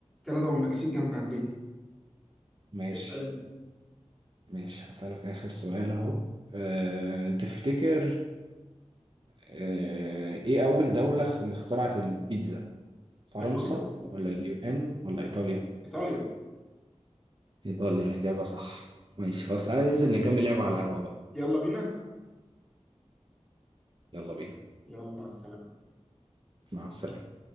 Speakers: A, in the centre; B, on the right.
A: كندا والمكسيك جنب أمريكا
B: ماشي
A: اسأل أنت
B: ماشي هسألك آخر سؤال أهو آه... تفتكر آه... إيه أول دولة خ- اللي اخترعت البيتزا فرنسا
A: إيطاليا
B: ولا اليونان ولا إيطاليا
A: إيطاليا
B: إيطاليا إجابة صح ماشي خلاص تعالى ننزل نكمل لعبة على القهوة بقى
A: يلا بينا
B: يلا بينا
A: يلا مع السلامة
B: مع السلامة